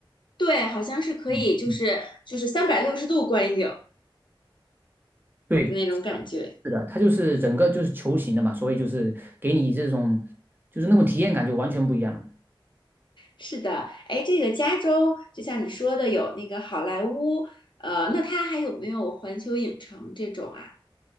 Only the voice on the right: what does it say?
嗯嗯，
对，
是的，是的，它就是整个就是球形的嘛，所以就是给你这种就是那种体验感就完全不一样了。